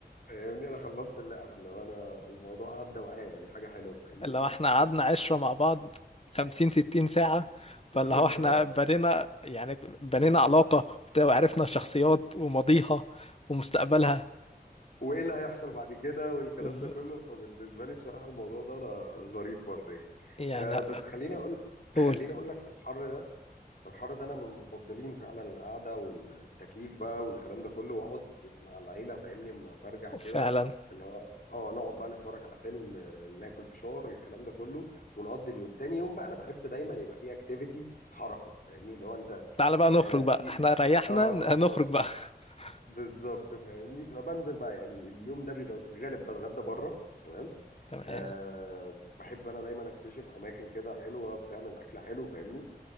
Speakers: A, on the left (about 65°); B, on the left (about 40°).
A: فاهمني أنا خلصت اللعبة اللي هو أنا الموضوع عدى معايا يعني حاجة حلوة فاهمني
B: لو احنا قعدنا عشرة مع بعض خمسين ستين ساعة فاللي
A: <laughs> بالظبط
B: هو احنا بنينا يعني بنينا علاقة وبتاع، وعرفنا شخصيات وماضيها ومستقبلها
A: وايه اللي هيحصل بعد كده والكلام
B: بز-
A: ده كله فبالنسبه لي بصراحه الموضوع ده انا ظريف برضه يعني
B: يعني
A: أه بس خليني اقول
B: قول
A: خليني اقول لك في الحر ده في الحر ده انا من مفضلين فعلا القعده والتكييف بقى والكلام ده كله واقعد مع العيله فاهمني اما برجع كده
B: فعلا
A: اللي هو اه نقعد بقى نتفرج على فيلم آه، ناكل فشار الكلام ده كله ونقضي اليوم تاني يوم بقى انا بحب دايما يبقى فيه اكتيفيتي حركه فاهمني اللي هو انت
B: تعالى بقى نخرج
A: آه
B: بقى
A: في
B: احنا ريحنا
A: اه
B: ن-
A: بالظبط
B: نخرج بقى <laughs>
A: بالظبط فاهمني فبنزل بقى يعني اليوم ده بيبقى في الغالب بتغدى بره تمام
B: تمام
A: أه بحب انا دايما اكتشف اماكن كده حلوه بتعمل اكل حلو فاهمني